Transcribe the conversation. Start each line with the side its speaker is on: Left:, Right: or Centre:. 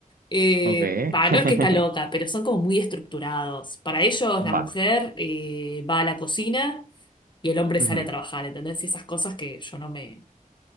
Left: Eh,
Right: Okay.
Left: va, no
Right: <laughs>
Left: es que está loca, pero son como muy estructurados. Para ellos, la mujer
Right: Va.
Left: eh, va a la cocina y el hombre
Right: Ujú,
Left: sale a trabajar, ¿entendés? Y esas cosas que yo no me,